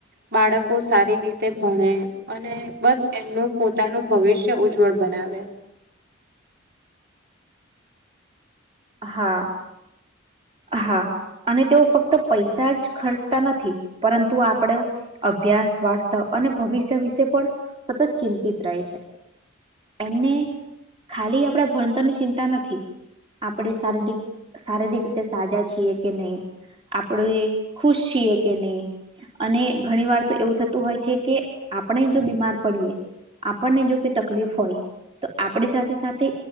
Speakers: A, on the right; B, on the right.
A: બાળકો સારી રીતે ભણે અને બસ એમનું પોતાનું ભવિષ્ય ઉજ્જવળ બનાવે
B: હા હા અને તેઓ ફક્ત પૈસા જ ખર્ચતા નથી પરંતુ આપડો અ ભ્યાસ સ્વાસ્થ્ય અને ભવિષ્ય વિશે પણ સતત ચિંતિત રહે છે એમને ખાલી આપડે ભણતરની ચિંતા નથી આપડે શારીરિક શારીરિક તે સાજા છીએ કે નઈ આપડે ખુશ છીએ કે નઈ અને ઘણી વાર તો એવું થતું હોય છે કે આપણે જો બીમાર પડીએ આપણને જો કોઈ તકલીફ હોય તો આપડી સાથે સાથે